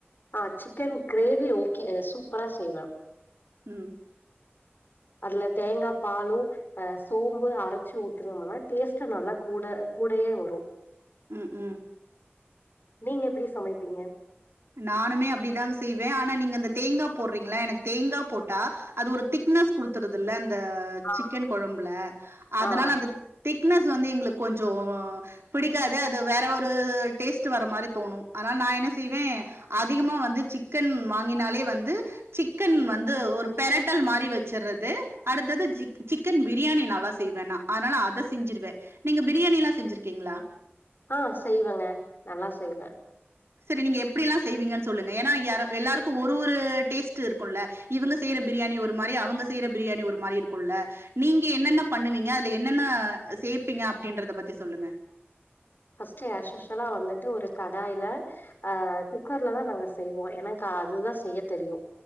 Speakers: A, on the left; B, on the right.
A: ஆஹ் சிக்கன் கிரேவி ஓகே சூப்பரா செய்வேன்
B: உம்
A: அதுல தேங்காய் பாலும் அஹ் சோம்பு அரைச்சு ஊத்துனமுனா டேஸ்ட்ட் நல்லா கூட கூடயே வரும்
B: உம் உம்
A: நீங்க எப்படி சமைப்பீங்க
B: நானுமே அப்படிதான் செய்வேன் ஆனா நீங்க அந்த தேங்காய் போடுறீங்களா எனக்கு தேங்காய் போட்டா அது ஒரு திக்னஸ் கொடுடுத்தறது இல்ல அ
A: ஆ
B: சிக்கன் கொழம்புல அதனால
A: ஆ
B: அந்த திக்னஸ் வந்து எங்களுக்கு கொஞ்சம் பிடிக்காது அது வேற ஒரு டேஸ்ட் வர மாரி தோணும் அதனால் நான் என்ன செய்வேன் அதிகமா வந்து சிக்கன் வாங்கினாலே வந்து சிக்கன் வந்து ஒரு பெரட்ல் மாரி வச்சரது அடுத்தது சிக்கன் பிரியாணி நல்லா செய்வேன் அதனால செஞ்சருவேன் நீங்க பிரியாணி எல்லா செஞ்சுருக்கீங்களா
A: ஆஹ் செய்வேங்க நல்லா செய்வேன்
B: சரி நீங்க எப்டிலாம் செய்வீங்கன்னு சொல்லுங்க ஏன்னா யார எல்லாருக்கும் ஒரு ஒரு டேஸ்ட் இருக்குல இவங்க செய்ற பிரியாணி ஒரு மாரி அவங்க செய்ற பிரியாணி ஒரு மாரி இருக்குல நீங்க என்னென்ன பண்ணுவீங்க அதுல என்னென்ன சேப்பீங்க அப்டின்றத பத்தி சொல்லுங்க
A: ஃபர்ஸ்ட் அஷ்யுஷ்வலா வந்துட்டு ஒரு கடாய்ல ஆஹ் குக்கர்ல தான் நாங்க செய்வோம் எனக்கு அதுதான் செய்ய தெரியும்